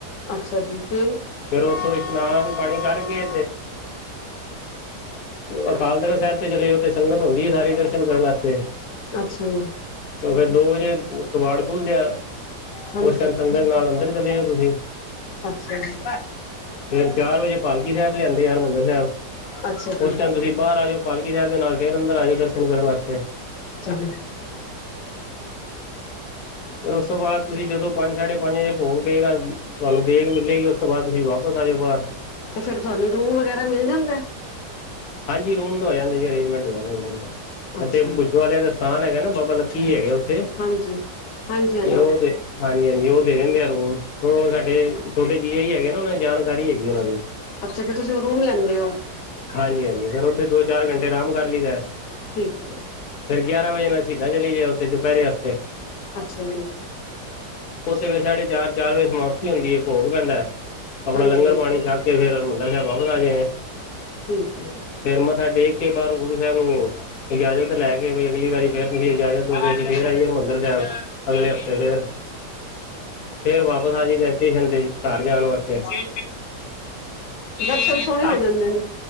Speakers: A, on the left; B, on the left.
A: ਅੱਛਾ ਜੀ ਫਿਰ
B: ਫੇਰ ਉੱਥੋਂ ਇਸ਼ਨਾਨ ਪਾਣੀ ਕਰਕੇ ਅਕਾਲ ਤਖ਼ਤ ਸਾਹਿਬ ਤੇ ਚਲੇ ਜਾ ਉਥੇ ਸੰਗਤ ਹੁੰਦੀ ਆ ਸਾਰੀ ਦਰਸ਼ਨ ਕਰਨ ਆਸਤੇ।
A: ਅੱਛਾ ਜੀ
B: ਤੇ ਫਿਰ ਦੋ ਵਜੇ ਕਬਾੜ ਖੁੱਲਦੇ ਆ।
A: ਹਾਂਜੀ
B: ਉਸ ਟਾਈਮ ਸੰਗਤ ਨਾਲ ਅੰਦਰ ਚਲੇ ਜੋ ਤੁਸੀ।
A: ਅੱਛਾ ਜੀ
B: ਫਿਰ ਚਾਰ ਵਜੇ ਪਾਲਕੀ ਸਾਹਿਬ ਲਿਆਂਦੇ ਅ ਹਰਿਮੰਦਰ ਸਾਹਿਬ।
A: ਅੱਛਾ ਜੀ
B: ਉਸ ਟਾਈਮ ਤੁਸੀਂ ਬਾਹਰ ਆ ਜਾਓ ਪਾਲਕੀ ਸਾਹਿਬ ਦੇ ਨਾਲ ਫਿਰ ਅੰਦਰ ਆ ਜਾਓ ਦਰਸ਼ਨ ਕਰਨ ਵਾਸਤੇ।
A: <inaudible>
B: ਫਿਰ ਉਸ ਤੋਂ ਬਾਅਦ ਤੁਸੀਂ ਜਦੋਂ ਪੰਜ ਸਾਢੇ ਪੰਜ ਵਜੇ ਭੋਗ ਪਏਗਾ ਤੁਹਾਨੂੰ ਦੇਗ ਮਿਲੇਗੀ ਉਸ ਤੋਂ ਬਾਅਦ ਤੁਸੀਂ ਵਾਪਸ ਆ ਜਾਓ ਬਾਰ।
A: ਤੇ ਫਿਰ ਤੁਹਾਨੂੰ ਰੂਮ ਵਗੈਰਾ ਮਿਲ ਜਾਂਦਾ।
B: ਹਾਂਜੀ ਰੂਮ ਦਾ ਹੋ ਜਾਂਦਾ ਜੀ ਅਰੇਂਜਮੈਂਟ ਹੋ ਜਾਂਦਾ ਰੂਮ ਦਾ,
A: ਅੱਛਾ
B: ਇੱਥੇ ਬੁੱਚੋ ਵਾਲਿਆਂ ਦਾ ਸਥਾਨ ਹੈਗਾ ਨਾ ਬਾਬਾ ਕੀ ਹੈਗੇ ਉੱਥੇ,
A: ਹਾਂਜੀ ਹਾਂਜੀ
B: ਤੇ
A: ਹਾਂਜੀ
B: ਉਹ ਦੇ ਹਾਂਜੀ-ਹਾਂਜੀ ਉਹ ਦੇ ਦਿੰਦੇ ਆ ਰੂਮ। ਉਹ ਸਾਡੇ ਛੋਟੇ ਜੀਜਾ ਜੀ ਹੈਗੇ ਨ ਉਹਨਾਂ ਦੀ ਜਾਣਕਾਰੀ ਹੈਗੀ ਉਹਨਾਂ ਦੀ।
A: ਅੱਛਾ ਫੇਰ ਤੁਸੀ ਰੂਮ ਲੈਂਦੇ ਹੋ।
B: ਹਾਂਜੀ-ਹਾਂਜੀ ਫਿਰ ਉੱਥੇ ਦੋ, ਚਾਰ ਘੰਟੇ ਆਰਾਮ ਕਰ ਲਈ ਦਾ
A: ਠੀਕ ਹੈ
B: ਫਿਰ ਗਿਆਰਾਂ ਵਜੇ ਨਾ ਅਸੀ ਜਾ ਚਲੀ ਜਾ ਉੱਥੇ ਚੁਪਹਿਰੇ ਆਸਤੇ।
A: ਅੱਛਾ ਜੀ
B: ਉਸ ਵੇਲੇ ਸਾਡੇ ਚਾਰ, ਚਾਰ ਵਜੇ ਸਮਾਪਤੀ ਹੁੰਦੀ ਏ ਭੋਗ ਪੈਂਦਾ। ਆਪਣਾ
A: ਹਾਂਜੀ
B: ਲੰਗਰ ਪਾਣੀ ਛੱਕ ਕੇ ਫਿਰ ਹਰਿਮੰਦਰ ਸਾਹਿਬ ਵਾਪਸ ਆ ਜੇ।
A: ਠੀਕ ਹੈ
B: ਫਿਰ ਮੱਥਾ ਟੇਕ ਕੇ ਬਾਹਰ ਗੁਰੂ ਸਾਹਿਬ ਨੂੰ ਇਜਾਜ਼ਤ ਲੈ ਕੇ ਅਗਲੀ ਵਾਰੀ ਫੇਰ ਤੁਸੀਂ ਇਜਾਜ਼ਤ
A: ਅੱਛਾ
B: ਦੋਗੇ, ਅਸੀਂ ਫੇਰ ਆ ਜਾਂਗੇ ਹਰਿਮੰਦਰ ਸਾਹਿਬ ਅਗਲੇ ਹਫ਼ਤੇ ਫੇਰ, ਫੇਰ ਵਾਪਸ ਪੁਰਾਣੀ ਫੈਕਟਰੀ ਚਲਦੀ ਸੀ ਘਰ ਜਾਣ ਵਾਸਤੇ <inaudible>
A: ਜੀ ਦਰਸ਼ਨ ਸੋਹਣੇ ਹੋ
B: ਅੱਜ
A: ਜਾਂਦੇ ਨੇ